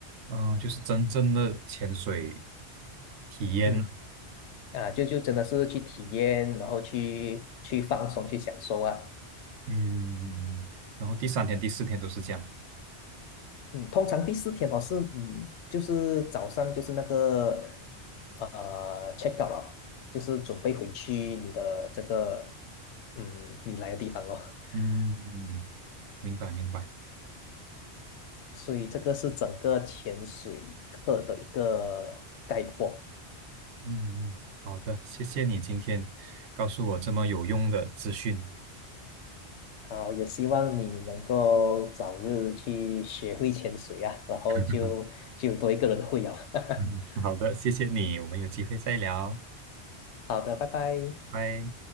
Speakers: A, on the right; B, on the left.
A: 嗯，就是真正的潜水体验啊
B: 嗯啊，就就真的是去体验，然后去去放松，去享受啊。
A: 嗯，然后第三天、第四天都是这样，
B: 嗯，通常第四天哦是嗯，就是早上就是那个呃 check out 了，就是准备回去你的这个嗯你来的地方咯。<laughs>
A: 嗯，明白明白，
B: 所以这个是整个潜水课的一个概括。
A: 嗯，好的，谢谢你今天告诉我这么有用的资讯，
B: 好，也希望你能够早日去学会潜水啊，然后就就多一个人会啊。
A: <laughs>
B: <laughs>
A: 嗯好的，谢谢你，我们有机会再聊，
B: 好的，拜拜。
A: 拜。